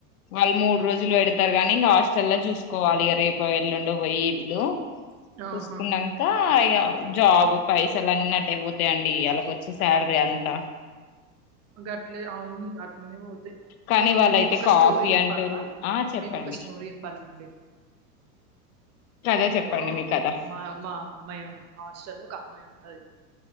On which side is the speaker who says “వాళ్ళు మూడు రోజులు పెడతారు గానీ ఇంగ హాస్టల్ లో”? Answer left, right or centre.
Left